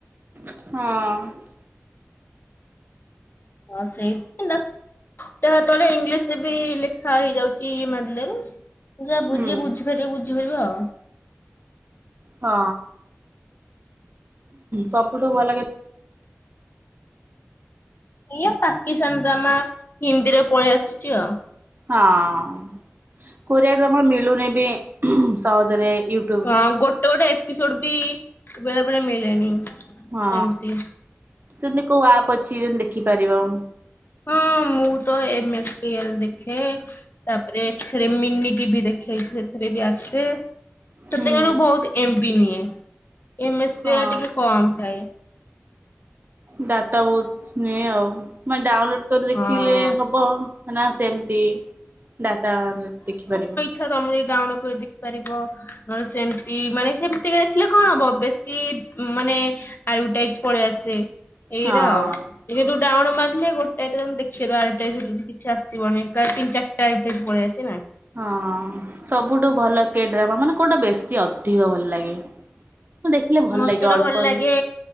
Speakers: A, on the right; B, on the left.
A: ହଁ।
B: ହଁ ସେଇଠୀ ନ୍। ଦେଖ ତଳେ ଇଂଲିଶରେ ବି ଲେଖା ହେଇଯାଉଛି ମାର୍ଲେ ରେ। ଯା
A: ହୁଁ
B: ବୁଝି ବୁଝିପାରିବି ବୁଝିପାରିବ ଆଉ।
A: ହଁ ସବୁଠୁ ଭଲ କେ
B: ଏଇ ପାକିସ୍ତାନ ଡ୍ରାମା ହିନ୍ଦୀରେ ପଳେଇ ଆସୁଛି ଆଉ।
A: ହଁ କୋରିଆର ହଁ ମିଳୁନି ବି ସହଜରେ ୟୁ
B: ହଁ ଗୋଟେ ଗୋଟେ ଏପିସୋଡ ବି ବେଳେବେଳେ ମିଳେନି।
A: ହଁ
B: ଏମିତି
A: ସେମତି କୋଉ ଆପ୍ ଅଛି ଯେମତି ଦେଖିପାରିବ।
B: ହଁ ମୁଁ ତ ଏମ୍ ଏସ ଏଲଦେଖେ ତାପରେ ଏଥିରେ ମିନି ଟିଭି ଦେଖେ। ହେଇ ସେଥିରେ ବି ଆସେ ସେତେବେଳେ
A: ହୁଁ
B: ବହୁତ୍ ଏମବିି ନିଏ ଏମ ଏସ୍
A: ହଁ।
B: ପ୍ଲେୟାର ଟିକେ କମ୍ ଥାଏ।
A: ଡାଟା ବହୁତ୍ ନିଏ ଆଉ ମାନେ ଡାଉନଲୋଡ କରି ଦେଖିଲେ
B: ହଁ।
A: ହବ। ନା ସେମିତି ଡାଟା ଦେଖିପାରିବୁ।
B: ଥରେ ତମେ ମି ଡାଉଲୋଡ କରି ଦେଖିପାରିବ। ନହେଲେ ସେମିତି ମାନେ ସେମିତିି ଦେଖିଲେ କଣ ହବ ବେଶୀ ମାନେ ଆୟୁଟାଇଜି ପଳେଇ ଆସେ ଏଇରା
A: ହଁ।
B: ଆଉ। ଏ ଯୋଉ ଡାଉନୁ ମାଗିଲେ ଗୋଟା ଏତର ଦେଖେଇ ଦବା ଆଇଟାସିଟିଯି କିଛି ଆସିବନି ଏକା ତିନି ଚାରିଟା ଇଫେକ୍ଟ ପଳେଇ ଆସି ଚିନା।
A: ହଁ ସବୁଠୁ ଭଲ କେ ଡ୍ରାମା ମାନେ କୋଉଟା ବେଶୀ ଅଧିକ ଭଲ ଲାଗେ। ମୁଁ ଦେଖିଲେ ଭଲ
B: ମତେ
A: ଲାଗେ
B: ତ
A: ଅଳ୍ପ
B: ଭଲ ଲାଗେ
A: ବି